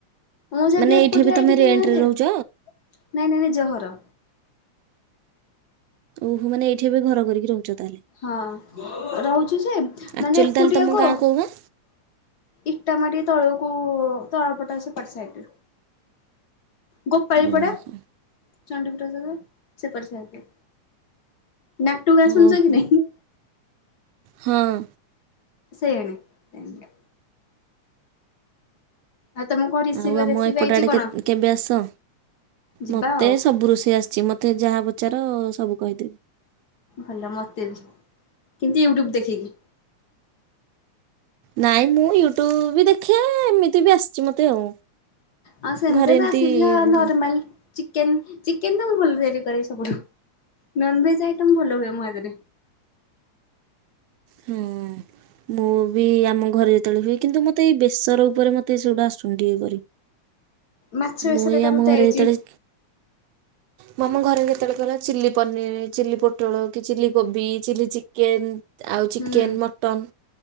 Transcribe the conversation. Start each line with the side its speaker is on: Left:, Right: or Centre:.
Left: ମୁଁ ସେଠି
Right: ମାନେ
Left: ଏକୁଟିଆ
Right: ଏଇଠି ଏବେ ତମେ
Left: କେହି
Right: ରେଣ୍ଟ
Left: ନାହାନ୍ତି
Right: ରେ ରହୁଛ?
Left: ଆ ନାଇଁ ନାଇଁ ନାଇଁ ଜହର
Right: ଓହୋନେ ଏଇଠି ଏବେ ଘର କରିକି ରହୁଛ ତାହେଲେ
Left: ହଁ ରହୁଛୁ ସେ
Right: ଆକ୍ଚୁଆଲି
Left: ମାନେ ଏକୁଟିଆ
Right: ତାହେଲେ ତମ
Left: କହ
Right: ଗାଁ କୋଉ ଗାଁ?
Left: ଇଟା ମାଟି ତଳକୁ ତଳ ପଟା ସେ ପ ସାଇୁ ଗୋପାଳ
Right: ଓହୋ
Left: ପଡା ଚଣ୍ଡିପଠ ଯାଗ ସେପରି ସେ ଆକେ ନକ୍ଟୁ ଗାସଣ
Right: ଓହୋ
Left: କି ନ
Right: ହଁ
Left: ସେଇନା ଆଉ ତମ କଣ ରେସିପି
Right: ଆଉ ଆମ
Left: ରେସିପି
Right: ଏପଟ
Left: ଆଇଛି
Right: ଆଡ଼େ
Left: କଣ
Right: କେବେ ଆସ
Left: ଯିବା
Right: ମୋତେ
Left: ଆଉ
Right: ସବୁ ରୋଷେଇ ଆସ ମତେ ଯାହା ପଚାର ସବୁ କହିଦେବି
Left: ଭଲ ମତେ ବି କେମତି ୟୁଟ୍ୟୁବ ଦେଖିକି
Right: ନାଇଁ ମୁଁ ୟୁଟ୍ୟୁବ୍ ବି ଦେଖେ ଏମିତି ବି ଆସିଛି ମୋତେ ଆଉ
Left: ହଁ ସେମିତି
Right: ଘରେ
Left: ବି
Right: ଏମିତି
Left: ଆସିଛି ନର୍ମାଲ ଚେ ଚିକେନ ତ ମୁଁ ଭଲ ତିଆରି କରେ ସବୁ ନନଭେଜ ଆଇଟ ଭଲ ହୁଏ ମୋ ଆଜରେ
Right: ହଁ ମୁଁ ବି ଆମ ଘରେ ଯେତେବେଳେ ହୁଏ କିନ୍ତୁ ମତେ ଏଇ ବେସର ଉପରେ ମତେ ସେଗୁଟା ଆସୁଛନ୍ତି ଇଏ କରି
Left: ମାଛ ବେସର
Right: ମୁଁ ଏ
Left: ଟା
Right: ଆମ
Left: ମତେ
Right: ଘରେ
Left: ଆଇଛି
Right: ଯେତେବେଳେ ମୁଁ ଆମ ଘରେ ଯେତେବେଳେ କଲା ଚିଲି ପନିର ଚି ପୋଟଳ କି ଚିଲି କୋବି ଚି ଚିକେନ ଆଉ ଚିକେନ୍
Left: ହୁଁ
Right: ମଟନ୍